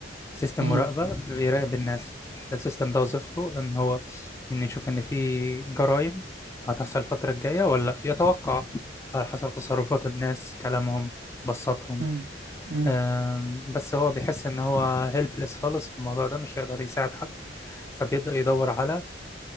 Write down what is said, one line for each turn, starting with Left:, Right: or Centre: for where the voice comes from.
Left: سيستم
Right: امم
Left: مراقبه بيراقب الناس السيستم ده وظيفته ان هو ان يشوف ان في جرائم هتحصل الفتره الجايه ولا لا. يتوقع على حسب تصرفات الناس كلامهم بصاتهم
Right: امم امم
Left: آم، بس هو بيحس ان هو هيلبلس خالص في الموضوع ده مش هيقدر يساعد حد فبيبدأ يدور على